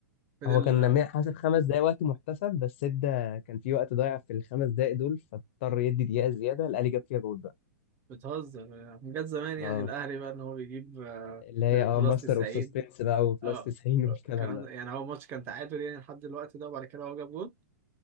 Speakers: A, on the right; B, on the left.
A: فضل
B: هو كان مع- حاسب خمس دقايق وقت محتسب بس ادى كان في وقت ضايع في الخمس دقايق دول فاضطر يدي دقيقه زياده الاهلي جاب فيها جول بقى
A: بتهزر من جد زمان يعني
B: اه
A: الاهلي بقى ان هو بيجيب آه،
B: اللي هي
A: في
B: اه
A: بلاس
B: ماستر
A: 90
B: اوف سسبنس بقى وبلس
A: اه
B: 90 والكلام
A: كان
B: ده
A: يعني هو ماتش كان تعادل يعني لحد الوقت ده وبعد كده هو جاب جول